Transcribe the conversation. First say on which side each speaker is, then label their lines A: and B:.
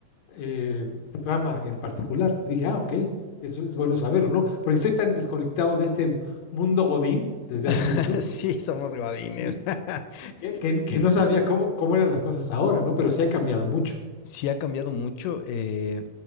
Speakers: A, on the left; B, on the left.
A: eh, rama en particular. Dije, ah, ok, eso es bueno saber o no, porque estoy tan desconectado de este mundo Godín desde hace
B: <laughs>
A: mucho
B: Sí, somos godines.
A: ¿sí?
B: <laughs>
A: que, que- que no sabía cómo, cómo eran las cosas ahora, ¿no? Pero sí ha cambiado mucho.
B: Sí ha cambiado mucho. eh,